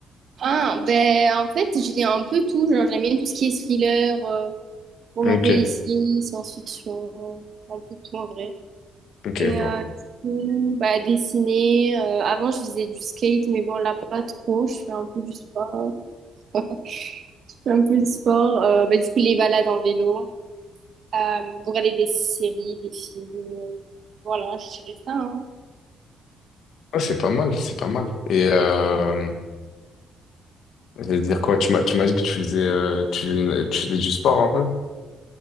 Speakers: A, on the right; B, on the left.
A: Ah, ben, en fait, je lis un peu tout. Genre, j'aime bien tout ce qui est thriller, euh, roman
B: Ok,
A: policier, science-fiction, un peu tout en vrai.
B: ok,
A: Et
B: je vois.
A: euh, du coup, bah, dessiner. euh, avant, je faisais du skate, mais bon, là, pas trop. Je fais un peu du sport. <laughs> un peu de sport. Euh, bah, du coup, les balades en vélo. Euh, regarder des séries, des films. Voilà, je dirais ça. hein.
B: Ouais, c'est pas mal, c'est pas mal. Et euh, j'allais dire quoi? Tu m'as, tu m'as dit que tu faisais, euh, tu faisais, tu faisais du sport un peu?